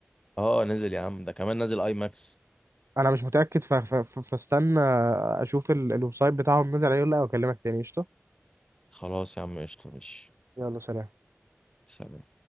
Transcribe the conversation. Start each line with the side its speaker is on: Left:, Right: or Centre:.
Left: أه نازل يا عم ده كمان نازل أي ماكس
Right: انا مش متاكد ف... ف... ف- فاستنى اشوف ال... الويب سايت بتاعهم نزل عليه ولا لا واكلمك تاني قشطه
Left: خلاص يا عم قشطة مش
Right: يلا سلام
Left: سلام